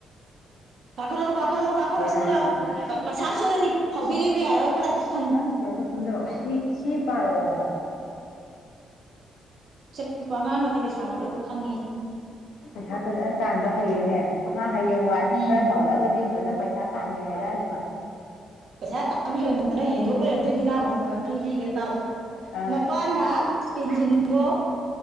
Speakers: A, on the right; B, on the left.
A: ꯀꯥꯈ ꯂꯣ ꯀꯥꯈ ꯂꯣ ꯀꯥꯈꯜꯁꯇ
B: ꯕꯦꯔꯥꯅꯤꯅ
A: ꯂꯑꯣ ꯄꯁꯥ ꯆꯣꯜꯂꯅꯤ ꯍꯥꯎꯤ ꯂꯩꯕ ꯌꯥꯔꯔꯣꯏ ꯀꯗꯥꯥꯏ
B: ꯅꯪ ꯁꯤꯗꯩꯗ ꯀꯨꯝꯊꯔꯛꯑꯣ ꯁꯤ ꯁꯤ ꯄꯥꯔꯛꯑꯣ ꯍꯥꯏꯕ
A: ꯆ ꯄꯤꯛꯄ ꯑꯉꯥꯡꯒꯁꯦ ꯄꯩꯁꯥ ꯈꯔ ꯂꯣꯏꯅ ꯈꯪꯉꯤ꯫
B: ꯄꯩꯁꯥ ꯐꯖꯅ ꯇꯥꯟꯕ ꯍꯩꯌꯦꯅꯦ ꯃꯥ ꯍꯌꯦꯡꯋꯥꯏ
A: ꯎꯝ
B: ꯈꯔ ꯆꯥꯎꯔꯛꯑꯒꯗꯤ ꯐꯖꯅ ꯄꯩꯁꯥ ꯇꯥꯟꯒꯦ ꯍꯥꯏꯔꯑꯅꯤ ꯫
A: ꯄꯩꯁꯥ ꯇꯥ ꯍꯦꯟꯗꯅ ꯍꯦꯟꯗꯣꯛ ꯂꯩꯔꯝꯗꯣꯏ ꯃꯤ ꯂꯥꯡꯃꯣ ꯀ ꯂꯤꯒꯦ ꯇꯥꯎ
B: ꯑꯥ
A: ꯅꯨꯄꯥꯅ ꯇꯦꯟꯁꯤꯟꯗꯑꯣ꯫